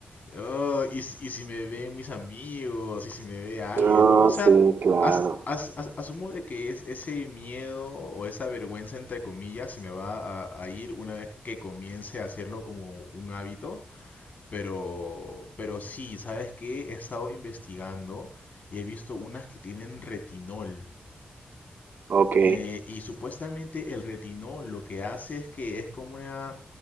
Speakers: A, on the left; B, on the right.
A: Oh, y, si y si me ven mis amigos, y si me ve alguien,
B: Ah,
A: ¿no? O sea,
B: sí, claro.
A: as- as- as- asumo de que es ese miedo o esa vergüenza, entre comillas, se me va a, a ir una vez que comience a hacerlo como un hábito, pero, pero sí, ¿sabes qué? He estado investigando y he visto unas que tienen retinol.
B: Ok,
A: eh, y supuestamente el retinol lo que hace es que es como una